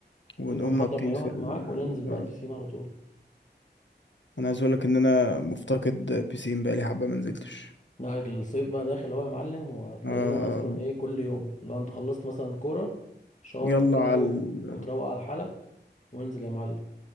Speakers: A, on the left; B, on the left.
A: ونقوم
B: تبقى محضر
A: نطين
B: مايوهك
A: في ال
B: معاك وننزل بقى
A: آه،
B: البسين على طول
A: انا عايز اقولك ان انا مفتقد بيسين بقالي حبه ما نزلتش
B: لا الصيف بقى داخل هو يا معلم وهتلاقينا
A: آه
B: اصلا ايه كل يوم لو انت خلصت مثلا كوره شاورك
A: يلا
B: كده
A: على
B: و...
A: ال-
B: وتروق على حالك وانزل يا معلم